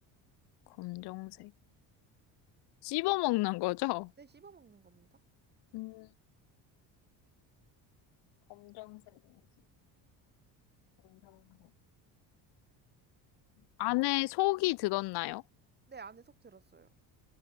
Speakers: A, on the left (about 70°); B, on the right (about 25°).
A: 검정색. 씹어 먹는 거죠?
B: 네, 씹어먹는 겁니다.
A: 음, 검정색 음식, 검정색. 안에 속이 들었나요?
B: 네, 안에 속 들었어요.